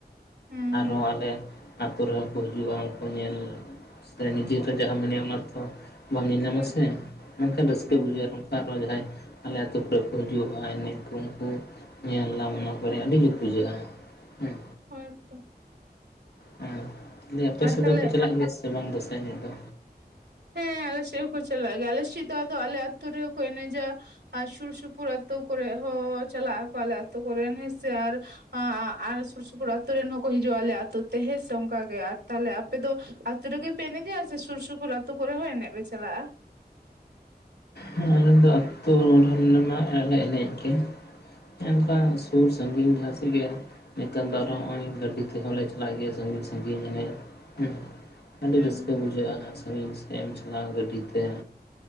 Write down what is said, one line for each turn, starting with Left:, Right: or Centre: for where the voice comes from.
Right: ᱦᱩᱸ
Left: ᱟᱨᱦᱚᱸ
Right: ᱦᱩᱸ
Left: ᱟᱞᱮ ᱟᱹᱛᱩ ᱨᱮ ᱦᱚᱸ ᱠᱚ ᱦᱤᱡᱩᱜᱼᱟ ᱚᱝᱠᱚ ᱧᱮᱞ ᱥᱮ ᱱᱤᱡᱮ ᱛᱚ ᱡᱟᱦᱟᱢ ᱮᱱᱮᱜᱼᱟ ᱚᱱᱟ ᱛᱚ ᱵᱟᱢ ᱧᱮᱞ ᱧᱟᱢᱟ
Right: ᱦᱩᱸ
Left: ᱥᱮ ᱢᱮᱱᱠᱷᱟᱱ ᱨᱟᱹᱥᱠᱟᱹ
Right: ᱦᱩᱸ
Left: ᱵᱩᱡᱷᱟᱹᱜᱼᱟ
Right: ᱦᱩᱸ
Left: ᱾ ᱱᱚᱝᱠᱟ ᱟᱨᱚ ᱡᱟᱦᱟᱸᱭ ᱟᱞᱮ ᱟᱹᱛᱩ ᱠᱚᱨᱮᱜ ᱠᱚ ᱦᱤᱡᱩᱜᱼᱟᱭ ᱮᱱᱮᱡ ᱠᱚ ᱩᱱᱠᱩ ᱧᱮᱞ ᱫᱟᱢ ᱚᱱᱟ ᱠᱚᱨᱮ ᱟᱹᱰᱤ ᱡᱩᱠ ᱵᱩᱡᱷᱟᱹᱜᱼᱟ ᱾ ᱦᱮᱸ
Right: ᱦᱚᱭ ᱛᱚ
Left: ᱦᱮ ᱛᱟᱦᱞᱮ ᱟᱯᱮ
Right: ᱟᱨ
Left: ᱥᱮᱫ
Right: ᱛᱟᱦᱞᱮ
Left: ᱫᱚᱠᱚ ᱪᱟᱞᱟᱜ ᱜᱮᱭᱟ ᱥᱮ ᱵᱟᱝ ᱫᱟᱥᱟᱭ ᱮᱱᱮᱡ ᱫᱚ?
Right: ᱦᱮᱸ ᱟᱞᱮ ᱥᱮᱜ ᱦᱚᱸ ᱠᱚ ᱪᱟᱞᱟᱜᱼᱟ ᱜᱮᱭᱟ ᱟᱞᱮᱥᱮᱜ ᱫᱚ ᱟᱫᱚ ᱟᱞᱮ ᱟᱛᱳ ᱨᱮᱜᱮ ᱠᱚ ᱮᱱᱮᱡᱟ ᱾ ᱟᱨ ᱥᱩᱨ ᱥᱩᱯᱩᱨ ᱟᱹᱛᱳ ᱠᱚᱨᱮᱜ ᱦᱚᱸ ᱪᱟᱞᱟᱜ ᱟᱠᱚ ᱟᱞᱮ ᱟᱹᱛᱳ ᱠᱚᱨᱮᱱ ᱦᱮᱸᱥᱮ ᱟᱨ ᱟᱨ ᱟᱨ ᱥᱩᱨ ᱥᱩᱯᱩᱨ ᱟᱹᱛᱳ ᱨᱮᱱ ᱦᱚᱸᱠᱚ ᱦᱤᱡᱩᱜᱼᱟ ᱟᱞᱮ ᱟᱹᱛᱳ ᱛᱮ ᱦᱮᱸ ᱥᱮ ᱚᱝᱠᱟ ᱜᱮ ᱟᱨ ᱛᱟᱦᱞᱮ ᱟᱯᱮ ᱫᱚ ᱟᱸᱛᱳ ᱨᱮ ᱜᱮ ᱯᱮ ᱮᱱᱮᱡᱟ ᱥᱮ ᱥᱩᱨ ᱥᱩᱯᱩᱨ ᱟᱹᱛᱳ ᱠᱚᱨᱮ ᱦᱚᱸ ᱮᱱᱮᱡ ᱯᱮ ᱪᱟᱞᱟᱜᱼᱟ?
Left: ᱦᱮᱸ ᱟᱞᱮ ᱫᱚ ᱟᱛᱳ <unintelligible> ᱟᱨ ᱞᱮ ᱮᱱᱮᱡ ᱜᱮ ᱾ ᱚᱝᱠᱟ ᱥᱩᱨ ᱥᱟᱺᱜᱤᱧ ᱡᱟᱦᱟᱸ ᱥᱮᱜ ᱜᱮ ᱾ ᱱᱮᱛᱟᱨ ᱫᱚ ᱟᱨ
Right: ᱦᱩᱸ
Left: ᱦᱚᱸ ᱱᱚᱜᱼᱚᱭ ᱜᱟᱹᱰᱤ ᱛᱮᱦᱚᱸ ᱞᱮ ᱪᱟᱞᱟᱜ ᱜᱮᱭᱟ ᱥᱟᱺᱜᱤᱧ ᱥᱟᱺᱜᱤᱧ ᱮᱱᱮᱡ ᱦᱚᱸ ᱾ ᱟᱹᱰᱤ
Right: ᱦᱩᱸ
Left: ᱨᱟᱹᱥᱠᱟᱹ
Right: ᱦᱩᱸ
Left: ᱵᱩᱡᱷᱟᱹᱜᱼᱟ, ᱥᱟᱺᱜᱤᱧ ᱥᱮᱜ ᱮᱢ ᱪᱟᱞᱟᱜᱼᱟ ᱜᱟᱹᱰᱤᱛᱮ᱾